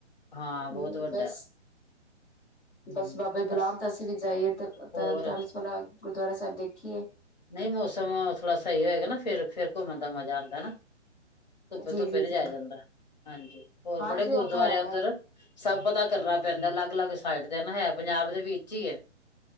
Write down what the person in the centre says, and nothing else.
ਹਮ
ਬਸ
ਬਸ ਬਾਬਾ ਬੁਲਾਮ
ਤਾਂ ਅਸੀਂ ਵੀ ਜਾਈਏ ਤਰਨਤਾਰਨਸ
ਵਾਲ ਗੁਰਦੁਆਰਾ ਸਭ ਦੇਖੀਏ
ਜੀ
ਜੀ
ਜੀ
ਹਾਂਜੀ
ਉਹ ਤਾਂ ਹੈ